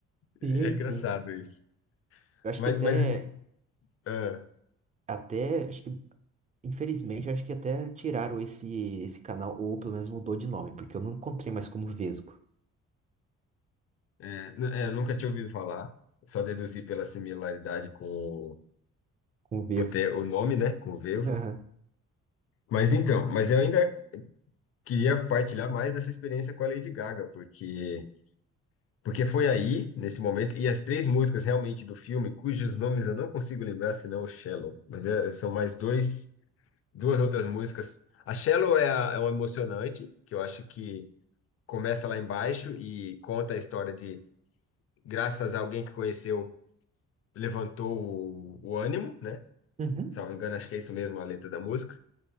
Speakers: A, on the left; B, on the right.
A: É
B: Sim,
A: engraçado
B: sim.
A: isso.
B: Eu acho
A: Mas,
B: que até,
A: mas é.
B: até, acho que, infelizmente, eu acho que até tiraram esse, esse canal, ou pelo menos mudou de nome, porque eu não encontrei mais como Vesgo,
A: É, n- é, eu nunca tinha ouvido falar, só deduzi pela similaridade com
B: como Vevo.
A: o, te, o nome, né, com o Vevo.
B: Aham.
A: Mas então, mas eu ainda queria partilhar mais dessa experiência com a Lady Gaga, porque porque foi aí, nesse momento, e as três músicas realmente do filme, cujos nomes eu não consigo lembrar, senão o Shallow, mas é- são mais dois, duas outras músicas. A Shallow é, a, é um emocionante, que eu acho que começa lá embaixo e conta a história de, graças a alguém que conheceu, levantou o o ânimo, né?
B: Uhum.
A: Salvo engano, acho que é isso mesmo a letra da música.